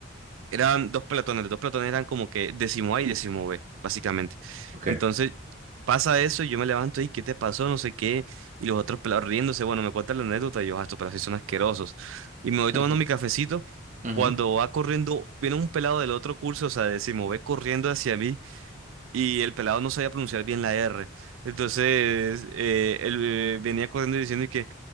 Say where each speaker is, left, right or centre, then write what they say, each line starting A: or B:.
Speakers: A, on the right (about 75°); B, on the right (about 40°).
A: eran dos pelotones, los dos pelotones eran como que décimo A y décimo B, básicamente.
B: Ok.
A: Entonces pasa eso y yo me levanto y ¿qué te pasó? No sé qué. Y los otros pelados riéndose, bueno, me cuentan la anécdota y yo, "Ah, estos pelados sí son asquerosos. Y me
B: <laughs>
A: voy tomando mi cafecito.
B: Ujú.
A: Cuando va corriendo, viene un pelado del otro curso, o sea, décimo B, corriendo hacia mí y el pelado no sabía pronunciar bien la R. Entonces, eh, él eh, venía corriendo y diciendo y que,